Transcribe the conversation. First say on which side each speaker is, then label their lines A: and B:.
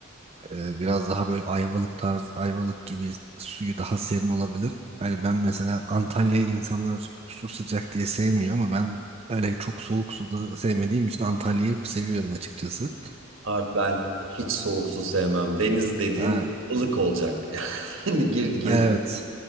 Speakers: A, on the right; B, on the right.
A: Ee, biraz daha böyle Ayvalık tarz Ayvalık gibi suyu daha serin olabilir. Hani ben mesela Antalya'yı insanlar su sıcak diye sevmiyor ama ben öyle çok soğuk suda sevmediğim için Antalya'yı seviyorum açıkçası.
B: Abi ben hiç soğuk su sevmem. Deniz dediğin
A: Ha,
B: ılık olacak. <laughs> Yani gir gir
A: evet.